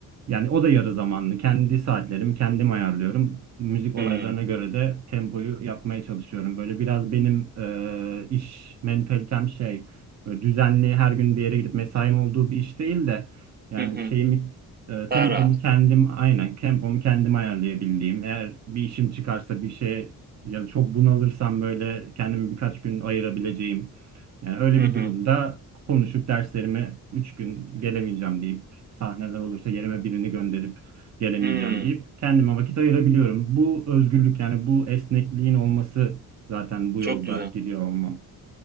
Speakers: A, on the right (about 50°); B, on the right (about 25°).
A: Yani o da yarı zamanlı. Kendi saatlerimi kendim ayarlıyorum. Müzik olaylarına
B: Hmm.
A: göre de tempoyu yapmaya çalışıyorum. Böyle biraz benim e, iş mentalitem şey böyle düzenli her gün bir yere gidip mesaim olduğu bir iş değil de yani
B: Hı hı.
A: şeyimi e, tempomu
B: Daha rahat.
A: kendim aynen tempomu kendim ayarlayabildiğim. Eğer bir işim çıkarsa bir şeye ya da çok bunalırsam böyle kendimi birkaç gün ayırabileceğim. Yani öyle
B: Hı
A: bir
B: hı.
A: durumda konuşup derslerime 3 gün gelemeyeceğim deyip sahneler olursa yerime birini gönderip gelemeyeceğim
B: Hmm.
A: deyip kendime vakit ayırabiliyorum. Bu özgürlük yani bu esnekliğin olması zaten bu
B: Çok
A: yolda
B: güzel.
A: giriyor olmam.